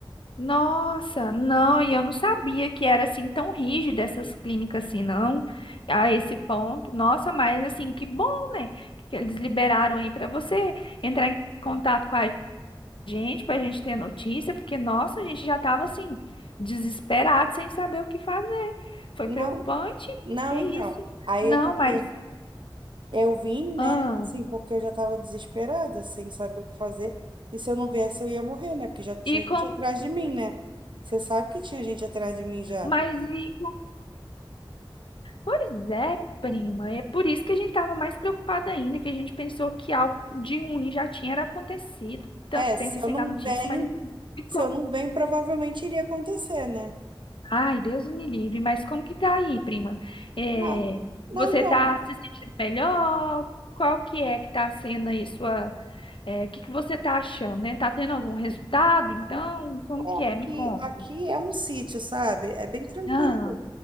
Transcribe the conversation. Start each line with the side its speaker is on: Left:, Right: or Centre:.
Left: Nossa, não, e eu não sabia que era assim tão rígido essas clínicas assim, não, a esse ponto. Nossa, mas assim, que bom, né? Que eles liberaram aí para você entrar em contato com a gente, para a gente ter notícia, porque nossa, a gente já estava assim desesperado, sem saber o que fazer. Foi
Right: Não,
Left: preocupante.
Right: não,
Left: Que isso?
Right: então. Aí
Left: Não,
Right: é porque
Left: mas
Right: eu vim,
Left: ah.
Right: né? Assim, porque eu já estava desesperada, sem saber o que fazer. E se eu não viesse, eu ia morrer, né? Porque já tinha
Left: E
Right: gente
Left: como,
Right: atrás de mim, né? Você sabe que tinha gente atrás de mim já.
Left: mas e com- pois é, prima, é por isso que a gente estava mais preocupada ainda, que a gente pensou que algo de ruim já tinha era acontecido, tanto
Right: É, se
Left: tempo sem
Right: eu não
Left: dar notícia,
Right: venho,
Left: mas ficou.
Right: se eu não venho, provavelmente iria acontecer, né?
Left: Ai, Deus me livre, mas como que tá aí, prima? É,
Right: Não, não,
Left: você
Right: então.
Left: tá se sentindo melhor? Qual que é que tá sendo aí sua, é, o que que você tá achando, né? Tá tendo algum resultado? Então, como
Right: É
Left: que é? Me
Right: que
Left: conta.
Right: aqui é um sítio, sabe? É bem tranquilo.
Left: Ah,